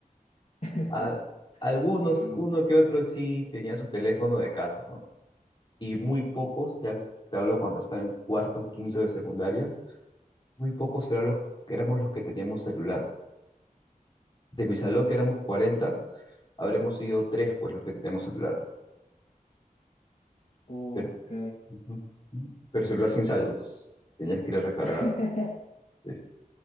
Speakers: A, on the left; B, on the left.
A: <laughs>
B: <laughs>
A: A- algunos,
B: Sí.
A: uno que otro sí tenía su teléfono de casa, ¿no? Y muy pocos, ya te hablo cuando estaba en cuarto, quinto de secundaria Muy pocos serán los que éramos los que teníamos celular. De mi salón, que éramos cuarenta habremos sido tres, pues, los que teníamos celular.
B: Ok.
A: Pero, ujú, ujú. pero celular sin saldo. Tenías que ir a recargar.
B: <laughs>
A: pues, Sí.